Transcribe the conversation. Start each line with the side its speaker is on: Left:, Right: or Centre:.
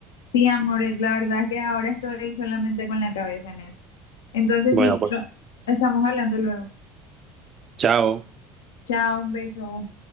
Left: Sí, amores, la verdad es que ahora estoy solamente con la cabeza en eso. Entonces
Right: Bueno,
Left: sí,
Right: pues
Left: no- estamos hablando luego.
Right: chao.
Left: Chao, un beso.